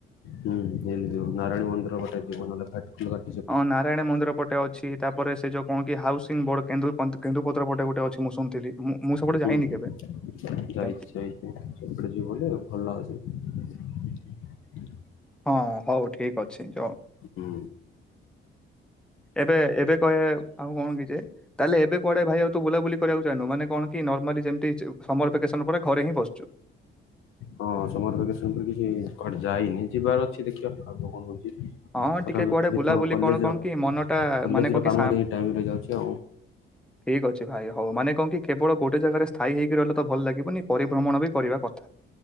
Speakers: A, on the left (about 85°); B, in the centre.
A: ହୁଁ ହିଲ୍ ଯୋଉ ନାରାୟଣ ମନ୍ଦିର ପଟେ ଯିବ ନହଲେ ଘାଟ ଘା
B: ହଁ ନାରାୟଣ ମନ୍ଦିର ପଟେ ଅଛି ତାପରେ ସେ ଯୋଉ କଣ କି ହାଉସିଂ ବଡ କେନ୍ଦୁ ପନ୍ତ କେନ୍ଦୁପତ୍ର ପଟେ ଗୋଟେ ଅଛି ମୁଁ ଶୁଣିଥିଲି। ମୁଁ ମୁଁ ସେପଟେ
A: ହୁଁଉ
B: ଯାଇନି କେବେ
A: ଯଇଚି ଯାଇ
B: ସେମିତି
A: ସେ ଯିବ ବୋଲି ଭଲ ଅଛି।
B: ହଁ ହୋଉ ଠିକ ଅଛି ଯଅ।
A: ହୁଁ।
B: ଏବେ ଏବେ କହେ ଆଉ କଣ କି ଯେ ଯେ ତାହେଲେ ଏବେ କୁଆଡେ ଭାଇ ଆଉ ତୁ ବୁଲାବୁଲି କରିବାକୁ ଯାଇନୁ ମାନେ କଣ କି ନର୍ମାଲି ଯେମତି ସେ ସମର ଭ୍ୟାକେସନ ପରେ ଘରେ ହିଁ ବସଚୁ।
A: ହଁ ସମର ଭ୍ୟାକେସନ ପରେ କିଛି କୁଆଡେ ଯାଇନି ଯିବାର ଅଛି ଦେଖିଆ ଆଗକୁ କଣ ହୋଉଚି।
B: ହଁ
A: ଖରା
B: ଟିକେ କୁଆଡେ
A: ଅଧିକ
B: ବୁଲାବୁଲି
A: କଲେଜ
B: କଣ କଣ କି ମନ ଟା
A: କଲେଜର
B: ମାନେ କଣ କି
A: କାମରେ ହିଁ ଟାଇମରା ଯାଉଛି ଆଉ।
B: ଠିକଅଛି ଭାଇ ହୋଉ ମାନେ କଣ କି କେବଳ ଗୋଟେ ଜାଗାରେ ସ୍ଥାୟୀ ହେଇକି ରହିଲେ ତ ଭଲ ଲାଗିବନି ପରିଭ୍ରମଣ ବି କରିବା କଥା।